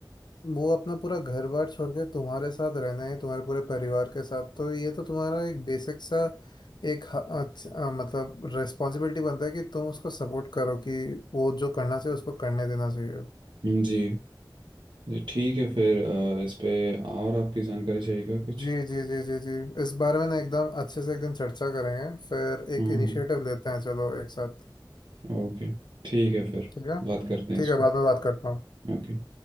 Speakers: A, on the left; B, on the right.
A: वो अपना पूरा घर बार छोड़ के तुम्हारे साथ रहना है तुम्हारे पूरे परिवार के साथ तो ये तो तुम्हारा एक बेसिक सा एक ह- अच्छ- अ, मतलब रिस्पॉन्सिबिलिटी बनता है कि तुम उसको सपोर्ट करो कि वो जो करना चाहिए उसको करने देना चाहिए
B: हम्म, जी जी ठीक है फिर अ, इस पे और आपकी जानकारी चाहिए क्या कुछ
A: जी जी जी जी जी इस बारे में ना एकदम अच्छे से एक दिन चर्चा करेंगे फिर एक
B: हाँ
A: इनिशिएटिव
B: हाँ
A: लेते हैं चलो एक साथ
B: ओके ठीक है फिर
A: ठीक है
B: बात करते हैं
A: ठीक
B: इस
A: है
B: पे
A: बाद में बात करता हूँ
B: ओके